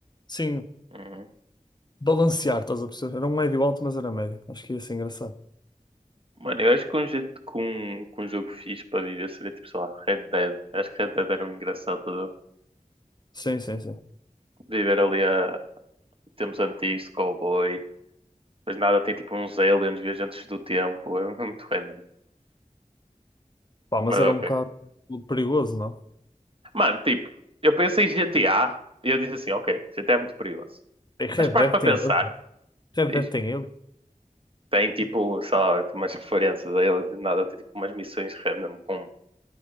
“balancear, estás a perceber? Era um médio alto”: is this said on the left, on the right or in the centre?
Left